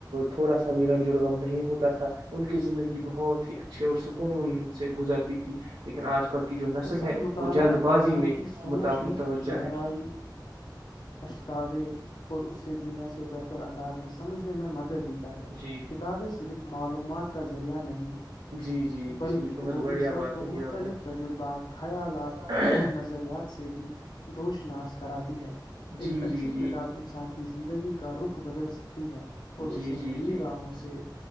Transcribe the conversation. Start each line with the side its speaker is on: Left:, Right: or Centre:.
Right: تھوڑا سا بھی رنج غم نہیں ہوتا تھا ان کی زندگی بہت ہی ا اچھے اور سکون
Left: بالکل بالکل
Right: سے گزرتی تھی لیکن آج کل کی جو نسل
Left: دراصل
Right: ہے
Left: مطالعہ
Right: وہ جلد بازی
Left: انسان
Right: میں
Left: کی سوچ
Right: متوجہ
Left: ہی گہرائی
Right: ہے
Left: پچھتاوے اور اس سے دنیا سے بہتر انداز میں سمجھنے میں مدد دیتا ہے
Right: جی
Left: کتابیں صرف معلومات کا ذریعہ نہیں
Right: جی جی
Left: بلکہ
Right: جی بہت
Left: وہ
Right: بڑھیا
Left: انسان
Right: بات
Left: کو
Right: کہی
Left: مختلف
Right: آپ
Left: تجر بات خیالات
Right: نے
Left: اور نظریات سے بھی دوشناس کراتی ہے
Right: جی
Left: ایک اچھی
Right: جی جی
Left: کتاب انسان کی زندگی کا رخ بدل سکتی ہے اور
Right: جی
Left: اسے
Right: جی
Left: نئی
Right: جی
Left: راہوں سے